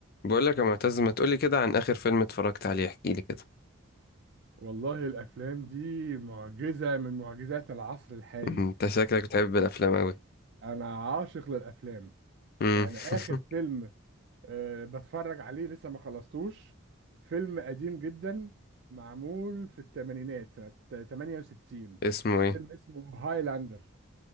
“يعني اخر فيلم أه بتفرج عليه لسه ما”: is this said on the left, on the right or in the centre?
Right